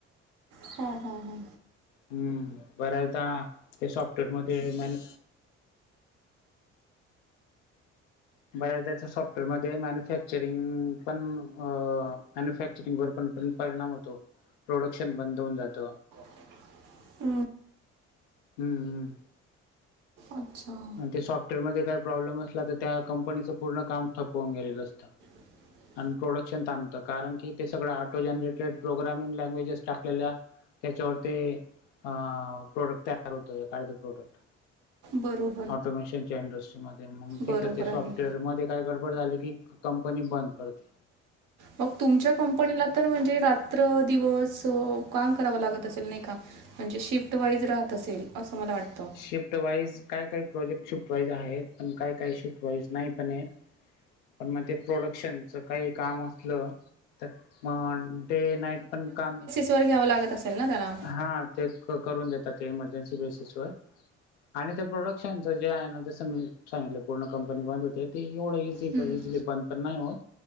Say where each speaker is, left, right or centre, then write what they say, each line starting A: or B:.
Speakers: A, on the right; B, on the left.
A: हा हा हा.
B: हम्म बऱ्याचदा ते सॉफ्टवेअरमध्ये मॅनी बऱ्याचदा सॉफ्टवेअरमध्ये मॅन्युफॅक्चरिंग पण अ मॅन्युफॅक्च चिटिंगवर पण परिणाम होतो. प्रोडक्शन बंद होऊन जात.
A: <inaudible>
B: हम्म हम्म.
A: अच्छा!
B: आणि ते सॉफ्टवेअरमध्ये काही प्रॉब्लेम असला तर त्या कंपनीचं पूर्ण काम ठप्प वून गेलेलं असतं.
A: <inaudible>
B: आणि प्रोडक्शन थांबतं कारण की ते सगळं ऑटो जनरेटेड प्रोग्रामिंग लँग्वेजेस टाकलेल्या त्याच्यावर ते अ प्रोडक्ट तयार होतय एखाद प्रोडक्ट.
A: बरो.
B: ऑटोमेशन जेनरशमध्ये मग तिथं
A: बरोबर
B: ते
A: आहे.
B: सॉफ्टवेअर मध्ये काय गडबड झाली की कंपनी बंद पडते.
A: मग तुमच्या कंपनीला तर म्हणजे रात्र दिवस ओ काम करावं लागत असेल नाही का? म्हणजे शिफ्ट वाईज राहत असेल असं मला वाटतं.
B: शिफ्ट वाईज काय काही प्रोजेक्ट शिफ्ट वाईज आहेत पण काय काही शिफ्ट वाईज नाही पण आहेत. पण मग ते प्रोडक्शनच काही काम असलं तर मग ते नाईट पण काम
A: वर घ्यावं लागत असेल ना त्याला.
B: हा तेच करून देतात ते इमर्जन्सी बेसिस वर. आणि ते प्रोडक्शनच जे आहे ना जसं मी सांगितलं पूर्ण कंपनी बंद होते ते एवढं इझी
A: हं,
B: तो इझिली बंद पण नाही होत.